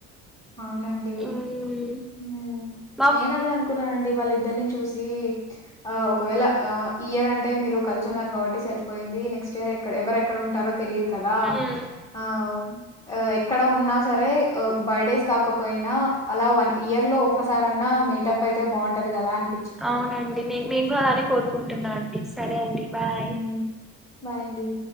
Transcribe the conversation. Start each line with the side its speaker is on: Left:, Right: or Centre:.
Left: అవునండి
Centre: ఉమ్,
Left: ఉమ్
Centre: మా
Left: నేనదే అనుకున్నానండి. వాళ్ళిద్దరిని చూసి ఆహ్ ఒకవేళ ఈ ఇయర్ అంటే మీరు కలిసి ఉన్నారు కాబట్టి సరి. పోయింది నెక్స్ట్ ఇయర్ ఎవరు ఎక్కడ ఉంటారో తెలిదు కదా
Centre: ఉమ్,
Left: ఆహ్ ఎక్కడ ఉన్నా సరే ఆహ్ బర్త్డేస్. కాకపోయినా అలా వన్ ఇయర్ లో ఒక్కసారన్నా మీటప్ అయితే బాగుంటది కదా అని.
Centre: అవునండి నే నేన్ గుడ అలానే కోరుకుంటున్నా అండి సరే అండి. బాయ్
Left: మ్ బాయండి.